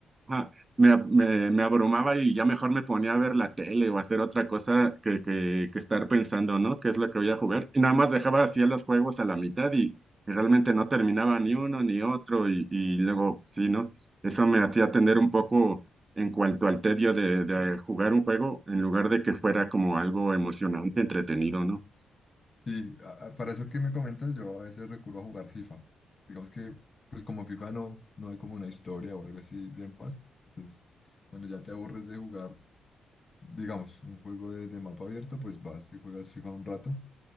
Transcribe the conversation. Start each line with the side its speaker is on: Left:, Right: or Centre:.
Right: ajá, me, ab- me, me abrumaba y ya mejor me ponía a ver la tele o hacer otra cosa que, que, que estar pensando, ¿no? ¿Qué es lo que voy a jugar? Y nada más dejaba así los juegos a la mitad y, y realmente no terminaba ni uno ni otro y, y luego, pues, sí, ¿no? Eso me hacía tener un poco en cuanto al tedio de, de jugar un juego en lugar de que fuera como algo emocionante, entretenido, ¿no?
Left: Sí, a- a- para eso que me comentas, yo a veces recurro a jugar FIFA. Digamos que, pues como FIFA no, no hay como una historia o algo así de más. Entonces, cuando ya te aburres de jugar, digamos, un juego de, de mapa abierto, pues vas y juegas FIFA un rato